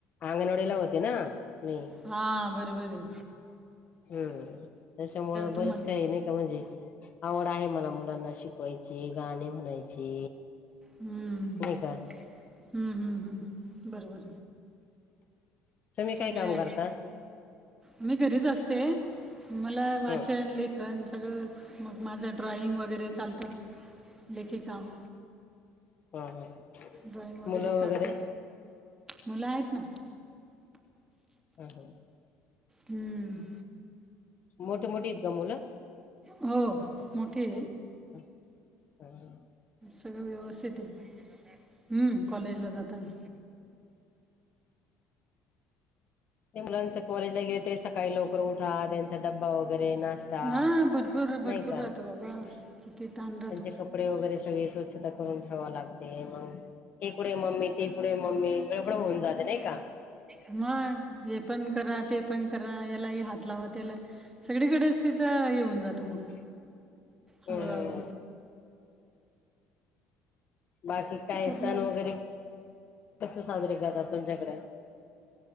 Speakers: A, on the left; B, on the right.
A: अंगणवाडीला होते ना. मी
B: हा. बरोबरए.
A: हम्. त्याच्यामुं बरंच
B: तुम्हाला
A: काही, नाही का म्हणजे आवड आहे मला मुलांना शिकवायची, गाणी म्हणायची
B: हम्म.
A: नाही का
B: हम्म हम्म हम्म, बरोबर
A: तुम्ही काय
B: चांगलंय.
A: काम करता
B: मी घरीच असते मला
A: हम्म
B: वाचन, लेखन, सगळं. मग माझं ड्रॉईंग वगैरे चालतं तर लेखी काम
A: ह हा.
B: ड्रॉइंग
A: मुलं
B: काढते
A: वगैरे?
B: मुलं आहेत ना.
A: हा. हा.
B: हम्म
A: मोठी, मोठी का मुलं
B: हो. मोठी
A: ह
B: सगळं व्यवस्थित आहे. हम्म कॉलेजला जाताना
A: मुलांच कॉलेज ला गेले, तरी सकाळी लवकर उठा त्यांचा डब्बा वगैरे नाष्टा.
B: हां भरपूर भरपूर
A: नाही का?
B: राहतो बाबा
A: त्यांचे
B: किती ताण राहतो
A: कपडे वगैरे सगळे स्वच्छता करून ठेवा लागते, मग तिकुडेे मम्मी तीकुठे मम्मी. पुढ होऊन जाते नाही का?
B: मग. हे पण करा, ते पण करा, यालाही हात लावा, त्याला सगळीकडेच तच च येऊन जातं मग
A: <inaudible>
B: ह
A: हम्म बाकी काय
B: पूर्ण
A: सण वगैरे कसे साजरीे करतात तुमच्याकडे